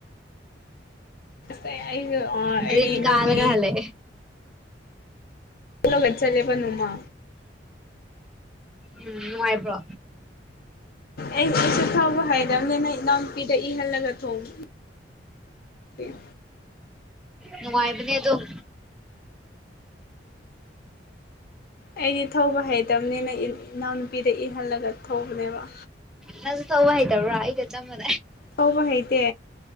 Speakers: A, on the left; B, in the centre.
A: ꯑꯁ ꯑꯩꯒ ꯑꯩꯅꯦ
B: ꯗ꯭ꯔꯤꯟ
A: ꯏꯅꯥꯎꯄꯤꯅꯦ
B: ꯀꯗꯒꯂꯦ
A: ꯂ ꯂꯆꯥꯔꯦꯕꯅꯨꯃ
B: ꯎꯝ ꯅꯨꯡꯉꯥꯏꯕ꯭ꯔꯣ
A: ꯑꯩ ꯑꯩꯁꯨ ꯊꯥꯎꯧꯕ ꯍꯥꯏꯕꯅꯤ ꯅꯪ ꯏꯅꯥꯎꯨꯄꯤꯗ ꯏꯍꯜꯂꯒ ꯊꯣꯡꯉ ꯎ
B: ꯅꯨꯡꯉꯥꯏꯕꯅꯦ ꯑꯗꯨꯝ
A: ꯑꯩꯗꯤ ꯊꯧꯕ ꯍꯩꯇꯕꯅꯤꯅ ꯏꯅꯥꯎꯅꯨꯄꯤꯗ ꯏꯍꯜꯂꯒ ꯊꯧꯕꯅꯦꯕ
B: ꯅꯁꯨ ꯇꯧꯕ ꯍꯩꯇꯕ꯭ꯔꯥ ꯑꯩꯒ ꯆꯞ ꯃꯥꯟ
A: ꯊꯧꯕ ꯍꯩꯇꯦ